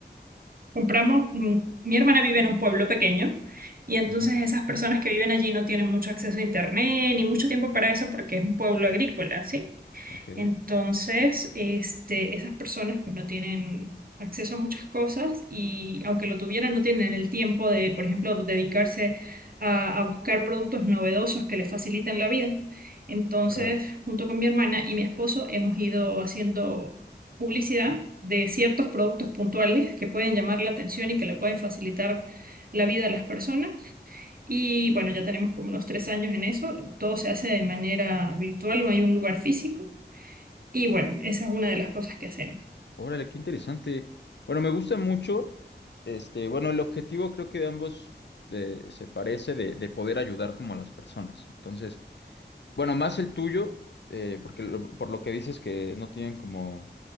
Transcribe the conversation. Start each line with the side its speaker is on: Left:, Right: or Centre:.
Right: Compramos, mm, mi hermana vive en un pueblo pequeño y entonces
Left: Ujú,
Right: esas personas que viven allí no tienen mucho acceso a internet ni mucho tiempo para eso porque es un pueblo agrícola, ¿sí?
Left: ok,
Right: Entonces, este, esas personas pues no tienen acceso a muchas cosas y aunque lo tuvieran, no tienen el tiempo de, por ejemplo, dedicarse a, a buscar productos novedosos que les faciliten la vida. Entonces,
Left: claro.
Right: junto con mi hermana y mi esposo, hemos ido haciendo publicidad de ciertos productos puntuales que pueden llamar la atención y que le pueden facilitar la vida a las personas. Y bueno, ya tenemos como unos tres años en eso. Todo se hace de manera virtual, no hay un lugar físico. Y bueno, esa es una de las cosas que hacemos.
Left: Órale, qué interesante. Bueno, me gusta mucho. Este, bueno, el objetivo creo que de ambos eh, se parece de, de poder ayudar como a las personas. Entonces, bueno, más el tuyo, eh, porque lo- por lo que dices que no tienen como